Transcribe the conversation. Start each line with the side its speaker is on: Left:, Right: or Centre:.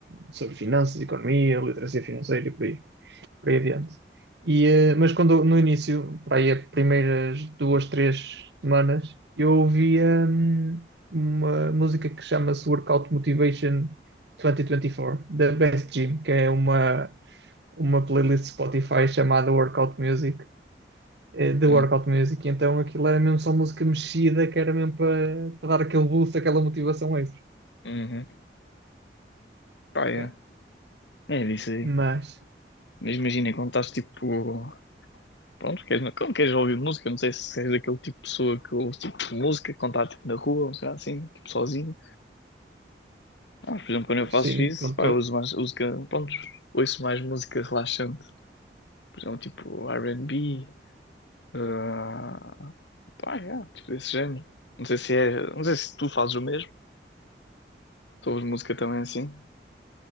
Right: sobre finanças, economia, literacia financeira e por aí por aí adiante. E, eh, mas quando no início, para aí as primeiras duas, três semanas, eu ouvia hum, uma música que chama-se Workout Motivation 2024, da Best Gym, que é uma, uma playlist Spotify chamada Workout Music, eh, de
Left: hum,
Right: Workout Music. E Então aquilo era mesmo só música mexida, que era mesmo para, para dar aquele boost, aquela motivação extra.
Left: uhum, pá, é.
Right: É.
Left: É disso aí.
Right: Mas,
Left: Mas imagina, quando estás tipo. Pronto, queres, quando queres ouvir música, não sei se és daquele tipo de pessoa que ouve tipo de música, quando está tipo, na rua, ou sei lá, assim, tipo sozinho. Ah, por exemplo, quando eu faço
Right: sim,
Left: isso,
Right: contudo.
Left: pá, eu uso mais música. Pronto, ouço mais música relaxante. Por exemplo, tipo R&B. ah pá, yeah, tipo desse género. Não sei se é. Não sei se tu fazes o mesmo. Tu ouves música também assim.